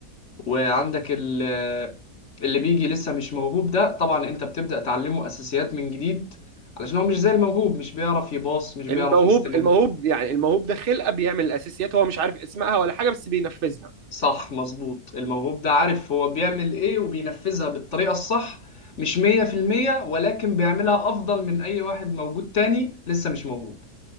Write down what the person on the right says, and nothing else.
الموهوب
الموهوب يعني الموهوب ده خلقه بيعمل الاساسيات هو مش عارف اسمها ولا حاجه بس بينفذها